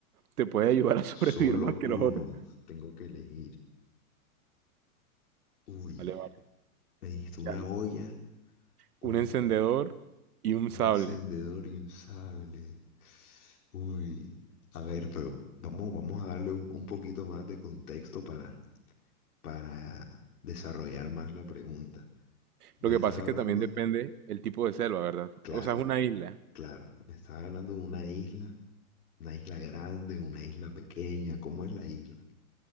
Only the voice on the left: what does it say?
Solo
uno.
Tengo que elegir. Uy,
me dijiste una
olla, un,
un
encendedor y un sable. Uy, a ver, pero vamos, vamos a darle un, un poquito más de contexto para, para desarrollar más la pregunta. ¿Me
estás
hablando?
Claro,
claro. ¿Me estás hablando de una isla? ¿Una isla grande? ¿Una isla pequeña? ¿Cómo es la isla?